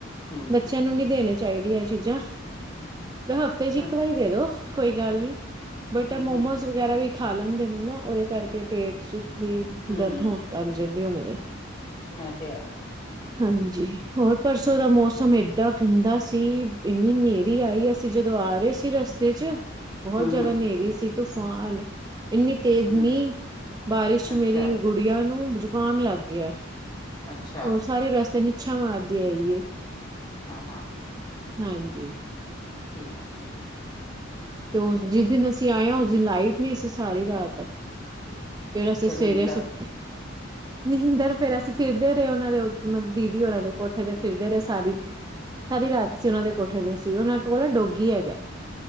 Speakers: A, on the left (about 25°); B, on the right (about 20°).
A: ਹਮ
B: ਬੱਚਿਆਂ ਨੂੰ ਨਹੀਂ ਦੇਣੇ ਚਾਹੀਦੀਆਂ ਚੀਜ਼ਾਂ। ਹਫ਼ਤੇ ਚ ਇੱਕ
A: ਹਮ
B: ਵਾਰੀ ਦੇ ਦੋ। ਕੋਈ ਗੱਲ ਨਹੀਂ। ਬਟ
A: ਹਮ
B: ਮੋਮੋਸ ਵਗੈਰਾ ਵੀ ਖਾ ਲੈਂਦੇ ਨੇ ਨਾ, ਉਹਦੇ ਕਰਕੇ ਪੇਟ ਚ ਬੜੀ
A: ਹਮ
B: ਦਰਦ ਹੋਣ ਲੱਗ ਜਾਂਦੀ ਉਹਨਾਂ ਦੇ।
A: ਇਹ ਤੇ ਹੈ
B: ਹਾਂਜੀ, ਹੋਰ? ਪਰਸੋਂ ਦਾ ਮੌਸਮ ਏਡਾ ਗੰਦਾ ਸੀ। ਇੰਨੀ ਨੇਰੀ ਆਈ। ਅਸੀਂ ਜਦੋਂ ਆ ਰਹੇ ਸੀ ਰਸਤੇ ਚ, ਬਹੁਤ
A: ਹਮ
B: ਜਿਆਦਾ
A: ਹਮ
B: ਨੇਰੀ ਸੀ। ਤੂਫਾਨ ਇੰਨੀ ਤੇਜ਼ ਮੀਂਹ,
A: ਹਮ
B: ਬਾਰਿਸ਼ ਚ
A: ਅੱਛਾ
B: ਮੇਰੀ ਗੁੜੀਆਂ ਨੂੰ <unintelligible> ਕਾਮ ਲੱਗ ਗਿਆ।
A: ਅੱਛਾ
B: ਹੋਰ ਸਾਰੇ ਰਸਤੇ ਨ ਛਵਰ ਦੇ ਆਈਏ
A: ਹਾਂ ਹਾਂ।
B: ਹਾਂਜੀ
A: ਠੀਕ ਹੈ।
B: ਤੇ ਉਸ ਜਿਸ ਦਿਨ ਅਸੀਂ ਆਏ ਹਾਂ। ਉਸ ਦਿਨ ਲਾਈਟ ਨਹੀਂ, ਅਸੀਂ ਸਾਰੀ ਰਾਤ ਫੇਰ ਅਸੀਂ
A: ਪਨੀਰ
B: ਸਵੇਰੇ ਆ
A: ਦਾ
B: ਸੁੱਤੇ ਨਹਿੰਦਰ ਫੇਰ ਅਸੀਂ ਫਿਰਦੇ ਰਹੇ, ਉਹਨਾਂ ਦੇ ਉ <unintelligible> ਮ ਦੀਦੀ ਹੋਰਾਂ ਦੇ ਕੋਠੇ ਤੇ ਫਿਰਦੇ ਰਹੇ ਸਾਰੀ, ਸਾਰੀ ਰਾਤ ਅਸੀ ਉਹਨਾਂ ਦੇ ਕੋਠੇ ਤੇ ਸੀ, ਉਹਨਾਂ ਕੋਲ ਡੋਗੀ ਹੈਗਾ।